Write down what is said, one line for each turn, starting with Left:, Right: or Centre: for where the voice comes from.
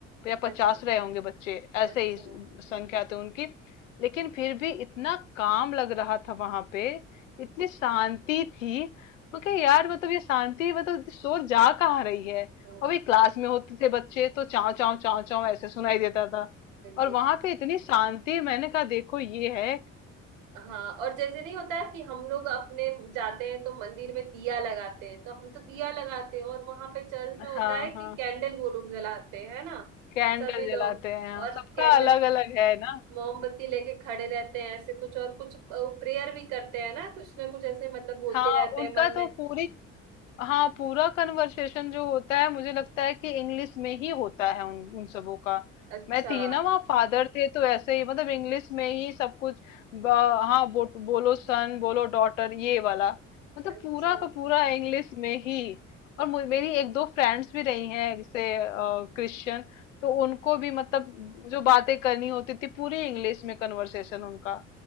Left: या
Right: अच्छा
Left: पचास रहे होंगे बच्चे
Right: अच्छा
Left: ऐसे ही संख्या थे उनकी लेकिन फिर भी इतना काम लग रहा था वहां पे इतनी शांति थी मैं कहा यार मतलब ये शांति मतलब इतनी शोर जा कहाँ रही है
Right: हाँ,
Left: और भाई क्लास में होते थे बच्चे तो चाव चाव चाव चाव ऐसे सुनाई देता था
Right: बिल्कुल
Left: और वहां पे इतनी शांति मैंने कहा देखो ये है
Right: हाँ और जैसे नहीं होता है कि हम लोग अपने जाते हैं तो मंदिर में दिया लगाते हैं तो हम तो दिया लगाते हैं और वहां पे चर्च में होता
Left: हाँ
Right: है
Left: हाँ
Right: कि कैंडल वो लोग जलाते हैं है ना
Left: कैंडल
Right: सभी लोग
Left: जलाते हैं हाँ,
Right: और
Left: सबका
Right: कैंडल
Left: अलग अलग है ना
Right: मोमबत्ती लेके खड़े रहते हैं ऐसे कुछ और कुछ प्रेयर भी करते हैं ना कुछ ना कुछ ऐसे मतलब बोलते
Left: हाँ
Right: रहते
Left: उनका
Right: हैं मन में
Left: तो पूरी हाँ पूरा कन्वर्सेशन जो होता है मुझे लगता है कि इंग्लिश में ही होता है उन उन सबों का
Right: अच्छा
Left: मैं थी ना वहाँ फादर थे तो ऐसे ही मतलब इंग्लिश में ही सब कुछ ब- हाँ बो, बोलो सन बोलो डॉटर ये वाला मतलब
Right: अच्छा
Left: पूरा का पूरा इंग्लिश में ही और मु- मेरी एक दो फ्रेंड्स भी रही हैं जैसे क्रिश्चियन तो उनको भी मतलब जो बातें करनी होती थी पूरी इंग्लिश में कन्वर्सेशन उनका